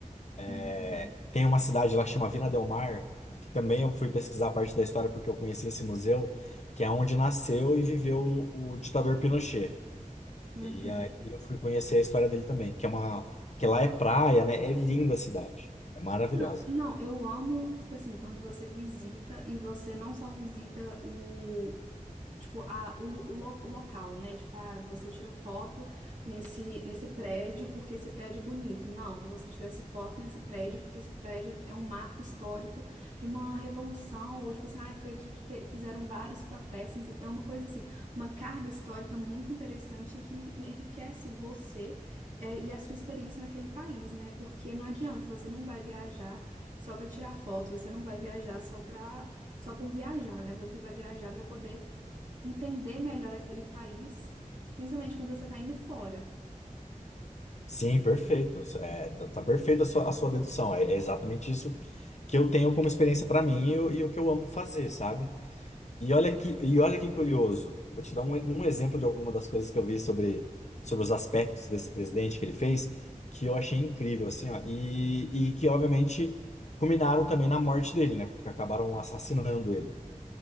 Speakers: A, on the right (about 60°); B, on the left (about 55°).
A: Uhum.
B: é, Tem uma cidade lá que chama Vina del Mar, que também eu fui pesquisar a parte da história porque eu conheci esse museu, que é onde nasceu e viveu o ditador Pinochet.
A: Uhum.
B: E aí eu fui conhecer a história dele também, que é uma, que lá é praia, né? É linda a cidade, é maravilhosa.
A: Não, não, eu amo, tipo assim, quando você visita e você não só visita o, Tipo, a, o, lo- o lo- o local, né? Tipo, ah, você tirou foto nesse, nesse prédio porque esse prédio é bonito. Não, você tirou essa foto nesse prédio porque esse prédio é um marco histórico de uma revolução, ou tipo assim, ah, foi aqui que fe- fizeram vários protestos. É uma coisa assim, uma carga histórica muito interessante que enriquece você, é, e a sua experiência naquele país, né? Porque não adianta, você não vai viajar só para tirar foto, você não vai viajar só para só por viajar, né? Você vai viajar para poder entender melhor aquele país, principalmente quando você está indo fora.
B: Sim, perfeito. É, tá, tá perfeita a sua, a sua dedução. É, é exatamente isso que eu tenho como experiência para mim e, o e o que eu amo fazer, sabe? E olha que, e olha que curioso. Vou te dar um, um exemplo de alguma das coisas que eu vi sobre, sobre os aspectos desse presidente que ele fez, que eu achei incrível, assim, ó. E, e que, obviamente, culminaram também na morte dele, né? Porque acabaram assassinando ele.